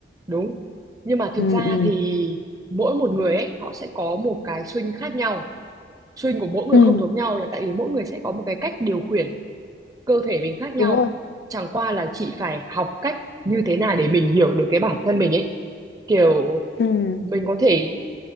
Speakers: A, on the right; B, on the left.
A: đúng nhưng mà thực
B: Ừ,
A: ra
B: ừ,
A: thì mỗi một người ấy họ sẽ có một cái swing khác nhau swing của mỗi người
B: ừ,
A: không giống nhau là tại vì mỗi người sẽ có một cái cách điều khiển cơ thể mình khác nhau
B: đúng rồi.
A: chẳng qua là chị phải học cách như thế nào để mình hiểu được cái bản thân mình ấy kiểu
B: Ừ,
A: mình có thể